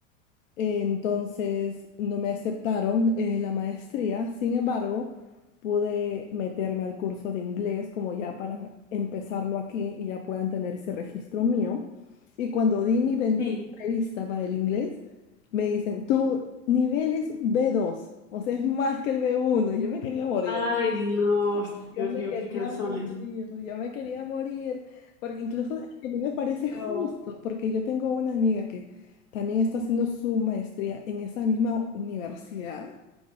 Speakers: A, on the left; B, on the left.
A: Entonces no me aceptaron eh, la maestría, sin embargo, pude meterme al curso de inglés como ya para empezarlo aquí y ya puedan tener ese registro mío. Y cuando di mi bendita
B: sí.
A: entrevista para el inglés, me dicen, tu nivel es B2, o sea, es más que el B1, y yo me quería morir.
B: Ay, no.
A: Yo
B: Dios
A: me
B: mío,
A: quería
B: qué cansones.
A: morir, yo me quería morir, porque incluso es que no me parece
B: Claro.
A: justo, porque yo tengo una amiga que también está haciendo su maestría en esa misma universidad